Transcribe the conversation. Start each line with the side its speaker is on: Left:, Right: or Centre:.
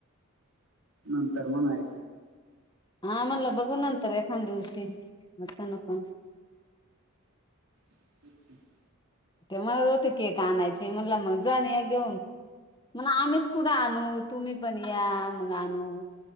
Right: नंतर म्हणाय.
Left: हा म्हणलं बघू नंतर एखादं दिवशी, आता नको.
Right: <unintelligible>
Left: ते मग होते केक आणायचे म्हणलं मग जा ना या घेऊन. मन आम्हीच कुठं आणू. तुम्ही पण या मग आणू,